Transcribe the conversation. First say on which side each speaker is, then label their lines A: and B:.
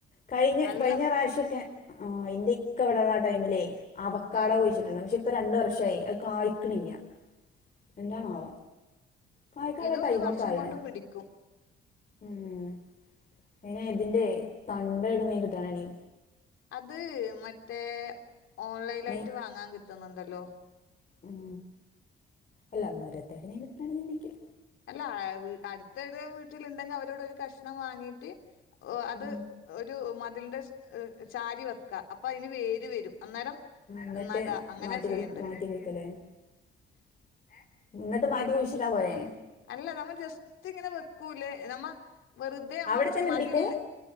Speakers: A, on the left (about 40°); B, on the left (about 80°).
A: കഴിഞ്ഞ
B: നല്ല
A: കഴിഞ്ഞ റാവ്ശ്യൊക്കെ ആ എന്റിക്ക ഇവ്ടെള്ള ആ ടൈമിലേയ് അവക്കാട
B: ആ
A: കുഴിച്ചിട്ടുണ്ട് പക്ഷെ ഇപ്പൊ രണ്ട് വർഷയി അത് കായ്ക്ക്ണില്ല്യ എന്താണാവോ കായ്ക്കാള്ള
B: ഇത്
A: ടൈമൊക്കെ
B: ഒരു വർഷം
A: ആയിണ്
B: കൊണ്ട് പിടിക്കും
A: ഉം അയ്‌ന് ഇതിന്റെയ് തണ്ടെവ്ട്ന്നേം കിട്ടാനാണീ
B: അത് മറ്റേ ഓൺലൈലായ്റ്റ്
A: നെ
B: വാങ്ങാൻ കിട്ടുന്നുണ്ടല്ലോ
A: ഉം അല്ല വേറെതെവിടുന്നേലും കിട്ടാണെങ്കിലും വെക്കല്ലോ
B: അല്ല ആ വ് അട്ത്ത്വ്ടെ വീട്ടിലുണ്ടെങ്കി അവരോട് ഒരു കഷ്ണം വാങ്ങീട്ട് ഓ അത്
A: ഉം
B: ഒരു മതിലിന്റെ ചാരിവെക്ക അപ്പൊ അതിന് വേര് വരും അന്നേരം
A: എന്നിട്ട്
B: നട അങ്ങനെ
A: മാറ്റി
B: ചെയ്യണ്ട്
A: കൊട് മാറ്റി കൊട്ക്ക ലേ ഏ ന്നിട്ട് മാറ്റി കുഴിശിട്ടാ പോരെ
B: അല്ല നമ്മൾ ജസ്റ്റ് ഇങ്ങനെ വെക്കൂലേ നമ്മ വെറുതെ നമ്മ
A: അവിടെ
B: ചു
A: തന്നെ
B: മതിലില്
A: പിടിക്കും